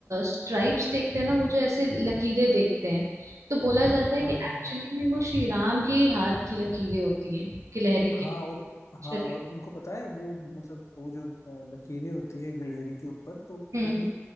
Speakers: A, on the right (about 80°); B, on the left (about 70°).
A: स्ट्राइप्स देखते हैं ना वो जो ऐसे लकीरें देखते हैं तो बोला जाता है
B: हाँ
A: कि एक्चुअली
B: हाँ हाँ हाँ
A: में वो श्री राम के ही हाथ की लकीरें होती हैं गिलहरी
B: हाँ
A: के
B: और
A: शरीर
B: हाँ और तुमको पता है वो मतलब वो जो अ, लकीरें होती है गिलहरी के ऊपर तो
A: हम्म
B: उन